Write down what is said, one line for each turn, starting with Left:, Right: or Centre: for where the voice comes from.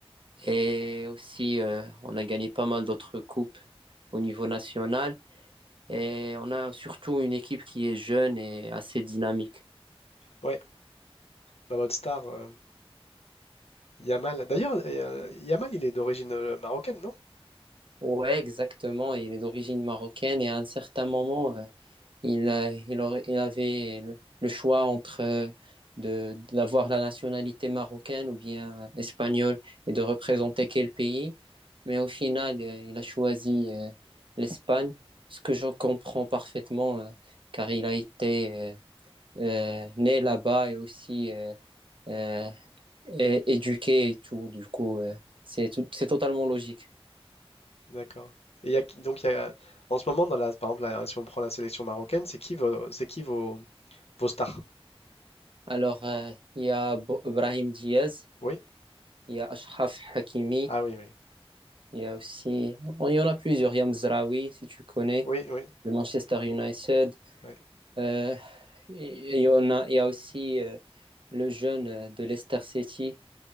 Right: Et aussi, euh, on a gagné pas mal d'autres coupes au niveau national. Et on a surtout une équipe qui est jeune et assez dynamique.
Left: Ouais, Bah, votre star, euh, Yamal. D'ailleurs, euh, Yamal, il est d'origine euh, marocaine, non?
Right: Ouais, exactement. Il est d'origine marocaine et à un certain moment, euh, Il, a- il aurait- il avait le le choix entre euh, de, d'avoir la nationalité marocaine ou bien espagnole et de représenter quel pays. Mais au final, euh, il a choisi euh, l'Espagne, ce que je comprends parfaitement, euh, car il a été euh, euh, né là-bas et aussi euh, euh, é- éduqué et tout. Du coup, euh, c'est tout- c'est totalement logique.
Left: D'accord. Et il y a qui- donc, il y a, en ce moment, dans la, par exemple, la- si on prend la sélection marocaine, c'est qui vos, c'est qui vos, vos stars?
Right: Alors, euh, il y a Bo- Brahim Diaz,
Left: Oui?
Right: il y a Achraf Hakimi.
Left: Ah oui, oui.
Right: Il y a aussi, oh, il y en a plusieurs. Il y a Mzraoui, si tu connais,
Left: Oui, oui.
Right: le Manchester United.
Left: ouais.
Right: Euh, il y en a, il y a aussi euh, le jeune euh, de Leicester City.